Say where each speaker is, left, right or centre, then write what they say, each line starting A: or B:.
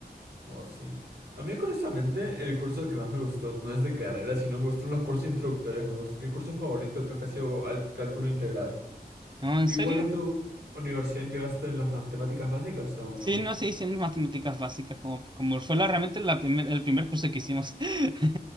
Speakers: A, on the right; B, on the right.
A: Oh, sí. A mí, curiosamente, el curso que más me gustó no es de carrera, sino me gustaron los cursos introductorios. Me gustó, mi curso favorito creo que ha sido al- cálculo integral.
B: No, en
A: ¿Tú
B: serio,
A: igual en tu universidad llevaste las matemáticas básicas o
B: sí,
A: no?
B: no, sí hicimos matemáticas básicas, como, como fue la, realmente la primer- el primer curso que hicimos. <laughs>